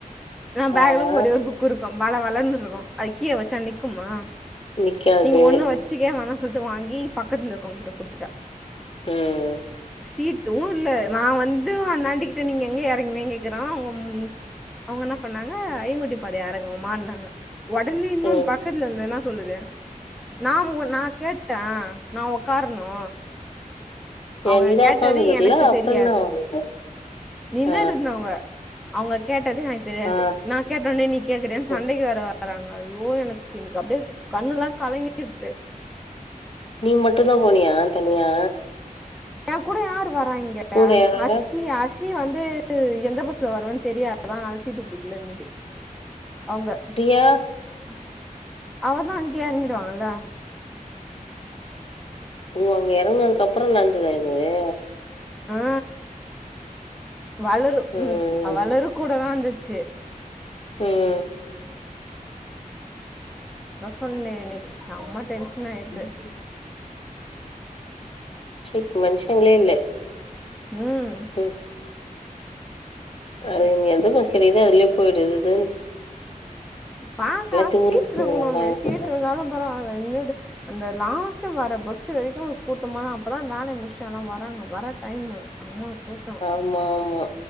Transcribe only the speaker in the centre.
நா பேகல
ஒரே ஒரு புக் குருக்கும் வழ வழன்னுருக்கு அதுக் கீழ வெச்சா நிக்குமா
நீங்க ஒன்னு வெச்சுகே வேணா சொல்ட்டு வாங்கி பக்கத்ல இருக்கவுங்கிட்ட குடுத்துட்டா
சீட்டு இல்ல நா வந்து அந்தாண்டி கிட்ட நீங்க எங்க எறங்னிங் கேக்கறோ உங்கம் அவுங்க என்னாப் பண்ணாங்க ஐங்கொட்டிப்பாளையோ ஏறங்கம்மான்னாங்க ஒடனே இன்னொன்
பக்கத்ல இருந்த என்னா சொல்லுது நா மூன் நாக் கேட்டே நா ஒக்கார்ணு அவுங்க
கேட்டது
எனக்குத்
தெரியாது
நின்னுடுருந்தவுங்க
அவுங்க கேட்டது எனக்கு தெரியாது
நாக் கேட்ட ஒன்னே நீக் கேக்குறியான்
சண்டைக்கு வேற வராங்க ஐயோ எனக்கு இன்னைக்கு அப்டே கண்ணுலாங் கலங்கிர்த்து
ஏங்கூட யார் வராய்ங்க <unintelligible>
தி வந்து எந்த பஸ்ல வருன்னு தெரியாதா அதா சீட்டு பிடிக்கலனுட்டு அவுங்க
ரியா அவா தான் அங்கயே எறங்கிடுவாங்கல்ல ஏய்
ஆ வளரும்
உம் வளரும் கூட தான் இருந்துச்சு
அதா சொன்னே இன்னைக்கு செம்ம டென்ஷன் ஆயிடுத்து
உம்
பாக்கா
சீட்டு
இருக்கணும்ல சீட்டு
இருந்தாலும் பரவால்ல நின்னுட்டு அந்த லாஸ்ட் வர பஸ் வரைக்கும் கூட்டமா அப்பதான் வேலை முடிச்டு எல்லாம் வறாங்க வர டைம்மு செம கூட்